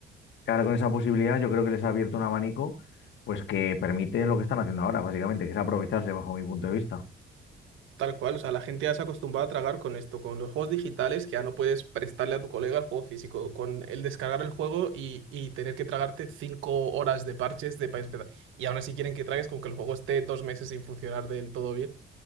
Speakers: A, on the left; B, on the right.
A: que ahora con esa posibilidad yo creo que les ha abierto un abanico pues que permite lo que están haciendo ahora, básicamente, que es aprovecharse bajo mi punto de vista.
B: tal cual. O sea, la gente ya se ha acostumbrado a tragar con esto, con los juegos digitales que ya no puedes prestarle a tu colega el juego físico, con el descargar el juego y, y tener que tragarte cinco horas de parches de para empezar. Y aún así quieren que tragues con que el juego esté dos meses sin funcionar del todo bien.